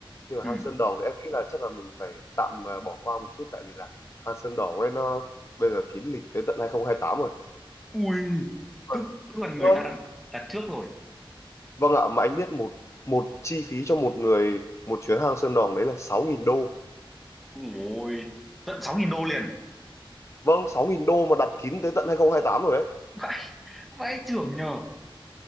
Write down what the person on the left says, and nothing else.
nhưng mà
hang Sơn Đòn thì em nghĩ là chắc là mình phải tạm ờ, bỏ qua một chút tại vì là hang Sơn Đòn ấy nó bây giờ kín lịch tới tận 2028 rồi
vâng
vâng
Vâng ạ mà anh biết một một chi phí cho một người một chuyến hang Sơn Đòn đấy là sáu nghìn đô
vâng 6.000 đô mà đặt kín tới tận 2028 rồi đấy